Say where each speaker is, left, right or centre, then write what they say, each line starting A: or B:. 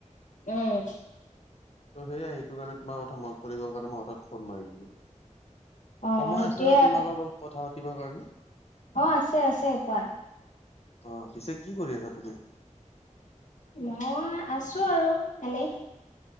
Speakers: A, on the left; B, on the left.
A: উম।
B: ত' সেয়ে আহিটো কাৰণে তোমাৰ কথা মনত পৰি গ'ল কাৰণে মই হঠাৎ ফোন মাৰি দিলো।
A: অ
B: সময়
A: সেইটোয়ে
B: আছে ন
A: আৰু
B: তোমাৰ লগত কথা পাতিবৰ কাৰণে?
A: অ', আছে আছে কোৱা।
B: আহ, পিছে কি কৰি আছা তুমি?
A: মই আছো আৰু এনে।